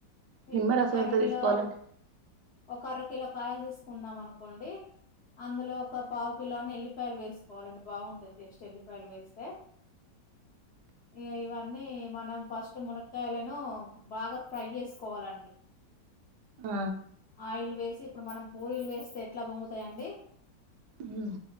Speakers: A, on the right; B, on the left.
A: నిమ్మరసం
B: ఇప్పుడు ఒక అర
A: ఎంత
B: కిలో
A: తీసుకోవాలండి
B: ఒక అర కిలో కాయలు తీసుకున్నాం అనుకోండి అందులో ఒక పావు కిలో అన్ని వెళ్ళి పాయలు వేసుకోవాలండి బాగుంటాది టేస్ట్ వెల్లిపాయలు వేస్తే ఇగ ఇవన్నీ మనం ఫస్ట్ మునక్కాయ లను బాగా ఫ్రై చేసుకోవాలండి ఆ
A: ఆ
B: ఆయిల్ వేసి ఇప్పుడు మనం పూరీలు వేస్తే ఎట్లా పొంగుతాయిండి
A: మ్మ్